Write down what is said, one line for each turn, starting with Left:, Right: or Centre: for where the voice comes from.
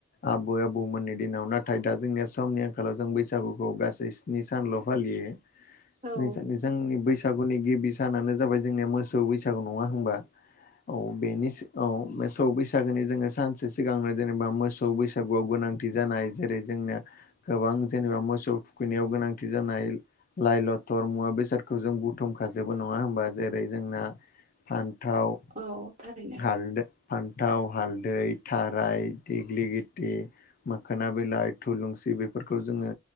Left: आबौ आबैमोननि दिनाव नाथाय दा जोंनि समनि आंखालाव जों बैसागुखौ गासै स्नि सानल' फालियो।
Right: औ
Left: सिनाय स जोंनि बैसागुनि गिबि सानानो जाबाय जोंनिया मोसौ बैसागु नङा होनबा? औ बेनि सि औ मोसौ बैसागोनि जोङो सानसे सिगांनो जेनेबा मोसौ बैसागुआव गोनां गोनां जानाय जेरै जोंनिया गोबां जेनेबा मोसौ फुखैनायाव गोनांथि जानाय लाइ लथर मुवा बेसादखौ जों बुथुमखाजोबो नङा होमबा जेरै जोंना फान्थाव
Right: औ थारैनो।
Left: हालदो फान्थाव हालदै थाराय देग्लिगिटि मोखोना बिलाइ थुलुंसि बेफोरखौ जोङो